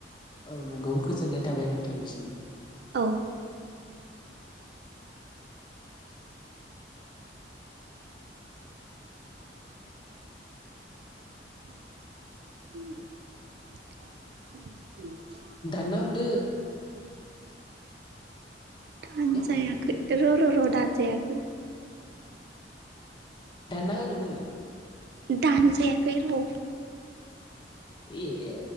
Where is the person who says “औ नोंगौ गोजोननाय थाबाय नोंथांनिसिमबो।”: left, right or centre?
Left